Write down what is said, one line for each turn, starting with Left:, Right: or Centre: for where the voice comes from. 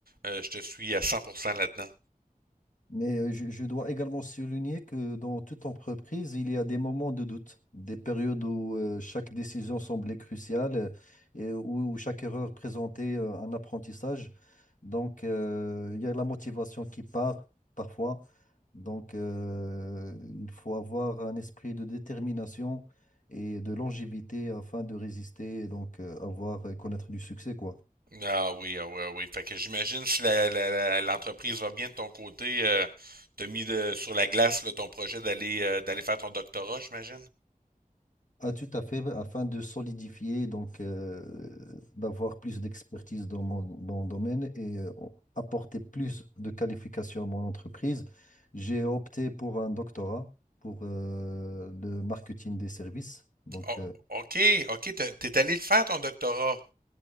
Right: Euh, je te suis à cent pour cent là-dedans.
Left: Mais euh, je, je dois également souligner que dans toute entreprise, il y a des moments de doute, des périodes où euh, chaque décision semblait cruciale euh, et où, où chaque erreur présentait euh, un apprentissage. Donc, euh, il y a la motivation qui part parfois. Donc, euh, il faut avoir un esprit de détermination et de longévité afin de résister et donc euh, avoir connaître du succès, quoi.
Right: Ah oui, ah oui, ah oui. Fait que j'imagine si la, la- la- l'entreprise va bien de ton côté, euh, t'as mis de, sur la glace là, ton projet d'aller euh, d'aller faire ton doctorat, j'imagine.
Left: Ah, tout à fait, afin de solidifier, donc euh, d'avoir plus d'expertise dans mon, dans le domaine et euh, apporter plus de qualifications à mon entreprise, j'ai opté pour un doctorat pour euh, le marketing des services. Donc,
Right: Oh,
Left: euh,
Right: ok, ok, t'es t'es allé le faire ton doctorat.